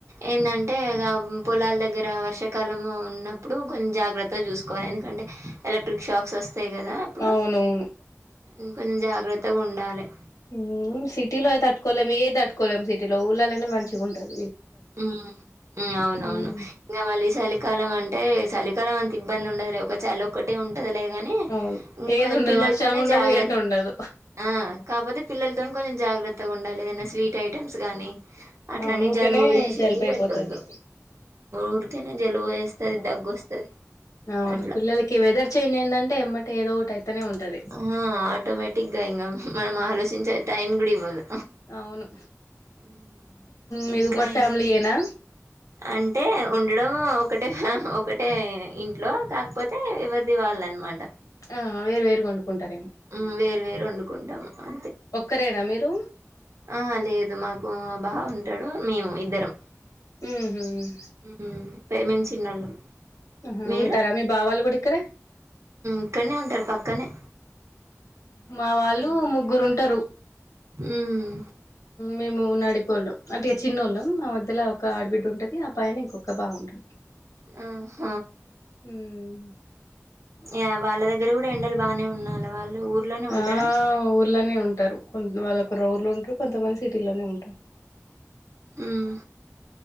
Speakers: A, on the right; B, on the left.
A: ఏంటంటే ఇగ పొలాల దగ్గర వర్షాకాలము ఉన్నప్పుడు కొం జాగ్రత్త చూసుకోవాలి ఎందుకంటే ఎలక్ట్రిక్ షాక్స్ వస్తాయి కదా అప్పుడు
B: అవునవును
A: ఇంకొంచెం జాగ్రత్తగా ఉండాలే
B: మ్ సిటీలో అయితే తట్టుకోలేము ఏది తట్టుకోలేము సిటీలో ఊళ్ళాళ్లనే మంచిగుంటది
A: ఉమ్ ఉ అవునవును
B: ఉమ్
A: ఇంగ మళ్ళీ చలికాలం అంటే చలి ఇక్కడ అంత ఇబ్బంది ఉండదులె ఒక చాల ఒకటే ఉ టదిలేగాని
B: అవును
A: ఇంకొె
B: ఏది ఉండదు
A: పిల్లలతోనే
B: వర్షం ఉండదు
A: జాగ్రత్
B: ఎండ ఉండదు
A: ఆ కాపోతే పిల్లతో కొంచెం జాగ్రత్త మేతగుండాలి ఏదైనా స్వీట్ ఐటమ్స్ గాని అట్లాంటి
B: అవును ఊకనే
A: జలుబు చేతికి
B: జలుబయిపోతది
A: పెట్టొద్దు ఉరికెనే జలుబు చేస్తది దగ్గొస్తది
B: అవును
A: అట్లా
B: పిల్లలకి వెదర్ చేంజ్ అయిందంటే ఎమ్మటే ఏదో ఒకటి అయితనే ఉంటది
A: ఆ ఆటోమేటిక్గా ఇంకా మనం ఆలోచించే టైమ్ కూడా ఇవ్వదు
B: అవును
A: హ్మ్.
B: మీది
A: ఇంకా
B: ఉమ్మడి ఫ్యామిలీయనా
A: ఏమి అంటే ఉండడం ఒకటే ఫ్యా ఒకటే ఇంట్లో కాకపోతే ఎవరిది వాళ్ళ అనమాట
B: ఆ అవే వేరు వండుకుంటారేమో
A: ఉమ్ వేరు వేరు వండుకుంటాము అ
B: ఒక్కరేనా మీరు
A: ఆహా లేదు మాకు బావ ఉంటాడు మేము ఇద్దరం
B: ఉహ్మ్
A: హ్మ్ ప్రేమించిన ఆలు
B: ఆహా
A: మీరు
B: ఉంటారా మీ బావాళ్ళు కూడా ఇక్కడే
A: ఇక్కడనే ఉంటారు పక్కనే
B: మా వాళ్ళు
A: హ్మ్.
B: ముగ్గురు ఉంటారు
A: హ్మ్.
B: మేము నడిపోళ్ళం అంటే చిన్నోళ్ళం మా మధ్యలో ఒక ఆడబిడ్డ ఉంటుది ఆ పైన ఇంకొక బాగుంట్
A: ఆ హ
B: హమ్
A: యా వాళ్ళ దగ్గర కూడా ఎండలు బానే ఉంనాల వాళ్ళు ఊర్లోనే ఉంటారా
B: ఆ ఊర్ళనే ఉంటారు కొ వాళ్ళకర ఊర్ళ ఉంటారు కొంతమంది సిటీలోనే ఉంటారు
A: ఉమ్